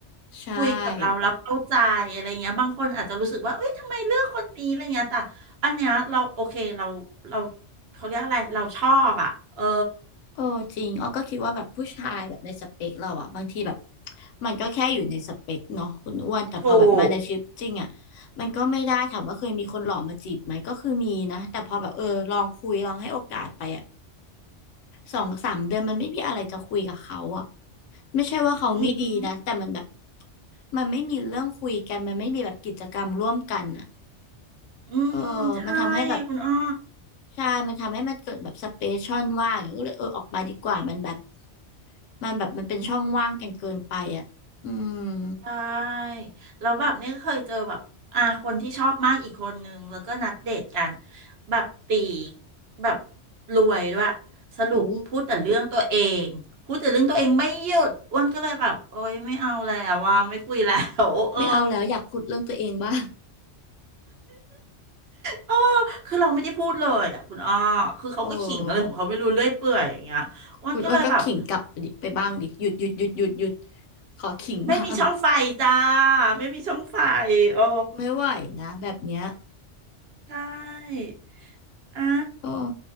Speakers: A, on the left; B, on the right.
A: ใช่
B: คุยกับเราแล้วเข้าใจอะไรเงี้ยบางคนอาจจะรู้สึกว่าเอ้ยทำไมเลือกคนนี้อะไรเงี้ยแต่อันเนี้ยเราโอเคเราเราเขาเรียกอะไรเราชอบอ่ะเออ
A: โอ้จริงอ้อก็คิดว่าแบบผู้ชายแบบในสเปคเราอะบางทีแบบมันก็แค่อยู่ในสเปคเนาะคุณอ้วนแต่พอแบบมาในชีวิตจริงอะ
B: ถูก
A: มันก็ไม่ได้ถามว่าเคยมีคนหล่อมาจีบไหมก็คือมีนะแต่พอแบบเออลองคุยลองให้โอกาสไปอะ สองสามเดือนมันไม่มีอะไรจะคุยกับเขาอะไม่ใช่ว่าเขาไม่ดีนะแต่มันแบบ
B: อืม
A: มันไม่มีเรื่องคุยกันมันไม่มีแบบกิจกรรมร่วมกันอะ
B: อืมใช่
A: เออมันทำให้แบบ
B: คุณอ้อ
A: ใช่มันทำให้มันเกิดแบบสเปซช่องว่างอย่างเงี้ยก็เลยเออออกมาดีกว่ามันแบบมันแบบมันเป็นช่องว่างกันเกินไปอะอืม
B: ได้แล้วแบบเนี่ยเคยเจอแบบอ่าคนที่ชอบมากอีกคนนึงแล้วก็นัดเดทกันแบบตีแบบรวยด้วยสรุปพูดแต่เรื่องตัวเองพูดแต่เรื่องตัวเองไม่หยุดอ้วนก็เลยแบบโอ๊ยไม่เอาแล้วว่าไม่คุยแล้วเออ
A: อู้ไม่เอาแล้วอยากขุดเรื่องตัวเองบ้าง
B: เออคือเราไม่ได้พูดเลยอ่ะคุณอ้อคือเขาก็ขิงอะไรของเขาไม่รู้เรื่อยเปื่อยอย่างเงี้ยอ้วนก็เลยแบบ
A: โอ้คุณอ้วนก็ขิงกลับไปดิไปบ้างดิหยุดหยุดหยุดหยุดหยุดขอขิงบ้าง
B: ไม่มีช่องไฟจ้าไม่มีช่องไฟโอ้
A: ไม่ไหวนะแบบเนี้ย
B: ใช่อ่ะ
A: เออ